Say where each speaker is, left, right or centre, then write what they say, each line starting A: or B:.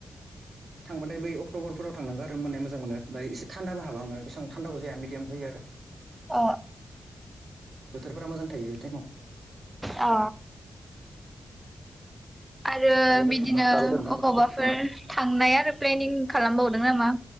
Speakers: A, on the right; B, on the right.
A: थांबाथाय बै अक्ट'बरफोराव थांनांगोन आरो माने मोजां मोनो ओमबानि एसे थान्दाबो हाबहांओ बेबां थान्दाबो जाया मिडियाम जायो आरो।
B: अ
A: बोथोरफोरा मोजां थायो बे टाइमाव
B: औ अ आरो
A: दाबायदियाव
B: बिदिनो
A: थांबा खस्थ' मोनगोन
B: अबावबाफोर थांनाय आरो प्लेनिं खालामबावदों नामा